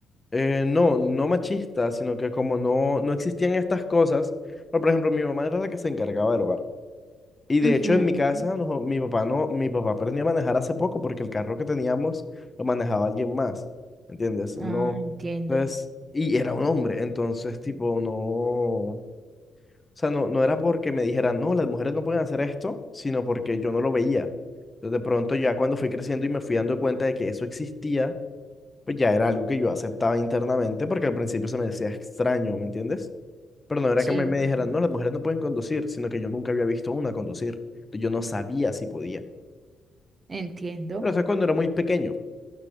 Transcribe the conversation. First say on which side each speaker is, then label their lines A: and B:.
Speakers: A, on the left; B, on the right.
A: eh, no, no machista, sino que como no, no existían estas cosas, pero, por ejemplo, mi mamá era la que se encargaba del hogar. Y de
B: Ujú.
A: hecho en mi casa, no, mi papá no, mi papá aprendió a manejar hace poco porque el carro que teníamos lo manejaba alguien más, ¿entiendes? Él
B: Ah,
A: No,
B: entiendo.
A: entonces, y era un hombre, entonces tipo no. O sea, no, no era porque me dijeran, no, las mujeres no pueden hacer esto, sino porque yo no lo veía. Entonces, de pronto, ya cuando fui creciendo y me fui dando cuenta de que eso existía, pues ya era algo que yo aceptaba internamente, porque al principio se me decía extraño, ¿me entiendes? Pero no era
B: Sí,
A: que a mí me
B: entiendo.
A: dijeran, no, las mujeres no pueden conducir, sino que yo nunca había visto una conducir. Entonces, yo no sabía si podía.
B: Entiendo.
A: Pero eso es cuando era muy pequeño.